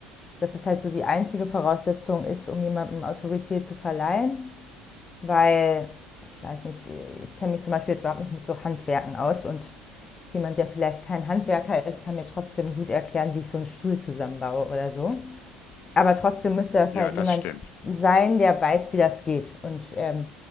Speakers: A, on the left (about 25°); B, on the left (about 55°).
A: dass das halt so die einzige Voraussetzung ist, um jemandem Autorität zu verleihen, weil ich weiß nicht, ich kenne mich zum Beispiel jetzt überhaupt nicht mit so Handwerken aus und jemand, der vielleicht kein Handwerker ist, kann mir trotzdem gut erklären, wie ich so einen Stuhl zusammenbaue oder so. Aber trotzdem müsste das
B: Ja,
A: halt
B: das
A: jemand
B: stimmt.
A: sein, der weiß, wie das geht. Und ähm,